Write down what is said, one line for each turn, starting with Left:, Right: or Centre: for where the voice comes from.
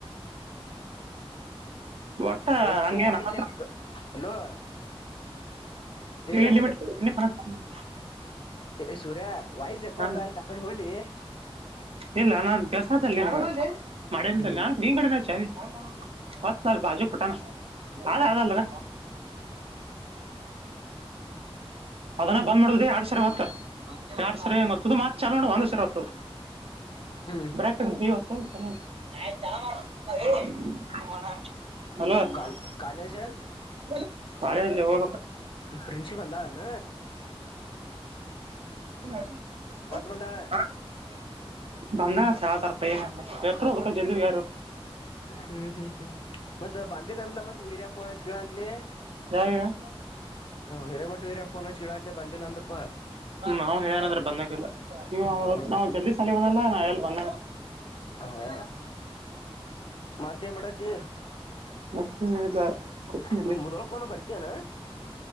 Right: ಒಟ್ಟ
Left: ಏ
Right: ಹಂಗೇನ್ತ್ರ.
Left: ವಾಯ್ಸ್ ಎಕ್ ಹಲೋ ಏ
Right: <unintelligible>
Left: ಏ ಸೂರ್ಯ ವಾಯಸ್ ಎಕೋಾಗ
Right: ಹಾ ಹಾ
Left: ಆಯ್ತ ಆಕಡೆ ಹೋಲಿ.
Right: ಇಲ್ಲ ನಾನ್ ಕೆಲ್ಸಲ್ಲಿನ. ಮಡೆಯಿಂದ
Left: ಹ್ಮ್
Right: ನಂ ನಿನ್ ಕಡೆಚೀ ಹೊತ್ತ ಬಾಜು ಪುಟಾನ.. ಹದಾ ಹ ಅಲ್ಲ ಬಟ ಅದನ್ನ ಬ್ ಮಾಡಡುದ ಎರಡ್ ಸಾವರ ಹೊತ್ತ ಎರಡ್ ಸಾವರ ಹೆ ಗತ್ತತದ ಮತ್ ಚಲ ನೋಡ ಒಂದ್ ಸಾವರ ಹೊತ್ತದೆ..
Left: ಹ್ಮ್
Right: ಬ್ರೆಡ್ ದತ ಚ. <unintelligible>
Left: ಕಾಲ ಕಾಲೇಜ
Right: ಕಾಲೇಜ್ ಹೋಗಬೇಕ
Left: ಪ್ರಿನ್ಸಿ ಬಂದಳ ಏನ
Right: ಹ
Left: ಬಂದಾಳ
Right: ಬಂದಳ ಆ ತರ್ಪ್ಪ ಏನ ಎ ಜಲ <unintelligible>
Left: ಹ್ಮ್ ಹ್ಮ್ ಹ್ಮ್ ಮತ್ತ ಬಂದಿಲ್ಲ ಅಂದಲ ಮತ್ತ ವೀರ ಫೋನ್ ಹಚ್ ಕಳತ್ಲಿ
Right: ಯಾವ
Left: ಹಿರೇಮಟ್ಟ ವೀರ ಫೋನ್ ಹಚ್ ಕಿಳಂತ್ಲಿ ಬಂದಿಲ್ಲ ಒಂದಪ್ಪ
Right: ಹ್ಮ್ ಅವ ಹೇಳಏನಂದ್ರ ಬಂದಂಗಲ್ಲ ನೀ
Left: ಹೌದು
Right: ನಾವು ಜಲ್ದಿ ಸಲಂದಲ್ಲ ನಾವ ಎ ಬಂದ
Left: ಹಾ ಮತ್ತೇನ್ ಮಾಡತ್ತಿ
Right: ಮತ್ತೆ ಇಲ್ಲ ಕೊಡ್ತೀನಿ ಇಲ್ಲಿ
Left: ನೀ ಮುದಳ್ಕೊಂಡ ಬರ್ತೀಯಾನ